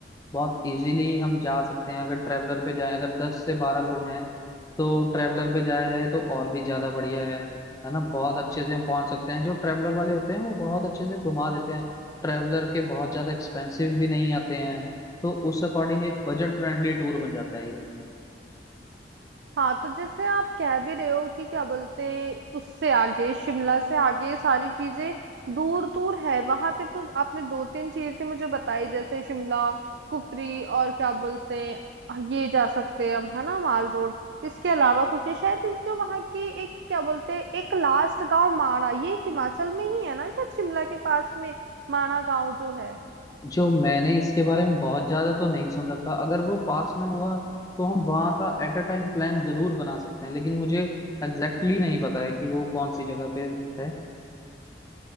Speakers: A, on the left; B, on the right.
A: बहुत इजीली हम जा सकते हैं अगर ट्रैवलर पे जाए अगर दस से बारह लोग हैं तो ट्रैवलर पे जाया जाए तो और भी ज्यादा बढ़िया है है ना बहुत अच्छे से हम पहुंच सकते हैं जो ट्रैवलर वाले होते हैं वो बहुत अच्छे से घुमा देते हैं ट्रैवलर के बहुत ज्यादा एक्सपेंसिव भी नहीं आते हैं तो उस अकॉर्डिंग एक बजट फ्रेंडली टूर बन जाता है ये
B: हाँ तो जैसे आप कह भी रहे हो कि क्या बोलते उससे आगे शिमला से आगे ये सारी चीजें दूर दूर है वहां पे तो आपने दो तीन चीजें मुझे बताई जैसे शिमला कुफरी और क्या बोलते हैं ये जा सकते हैं हम है ना माल रोड इसके अलावा कुछ नहीं शायद जो वहां की एक क्या बोलते हैं, एक लास्ट गांव माणा ये हिमाचल में ही है ना शायद शिमला के पास में माणा गांव जो है
A: जो मैंने इसके बारे में बहुत ज्यादा तो नहीं सुन रखा अगर वो पास में हुआ तो हम वहाँ का एट अ टाइम प्लान जरूर बना सकते हैं लेकिन मुझे एग्जैक्टली exactly नहीं पता है कि वो कौन सी जगह पे है